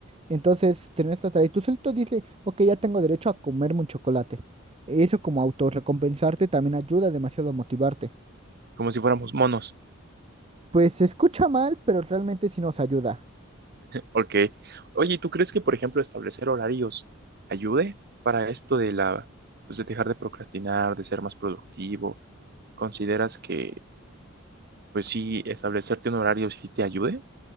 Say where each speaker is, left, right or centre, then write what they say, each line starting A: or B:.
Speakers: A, on the right (about 30°); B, on the right (about 50°).
A: Entonces, terminas esta tarea y tú solito dices, ok, ya tengo derecho a comerme un chocolate. Eso como autorrecompensarte también ayuda demasiado a motivarte.
B: como si fuéramos monos.
A: Pues se escucha mal, pero realmente sí nos ayuda.
B: Ok. Oye, ¿y ¿tú crees que, por ejemplo, establecer horarios ayude para esto de la, pues de dejar de procrastinar, de ser más productivo? ¿Consideras que, pues sí, establecerte un horario sí te ayude?